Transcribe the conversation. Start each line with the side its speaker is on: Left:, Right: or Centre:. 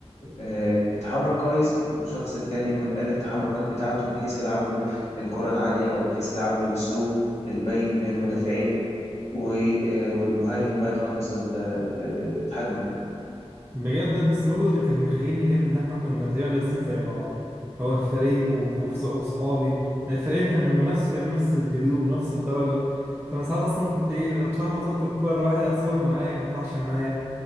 Left: آه يتحرك كويس والشخص التاني يكون قاري التحركات بتاعته بحيث يلعب له الكره العاليه او بحيث يلعب له الثرو البيني بين المدافعين و- آه، والمهاجم بقى يخلص ال- ال- الهجمة يعني
Right: بجد بس برضه اللي كان مخيلني جامد ان احنا كنا تقريبا لابسين زي بعض هو فريق وف- وف- وصحابي يعني الفريقين كانوا نفس تقريبا نفس الهدوم نفس الدرجة فانا ساعات اصلا كنت ايه اطلع بطد الكورة واحد احسبه معايا ما يطلعش معايا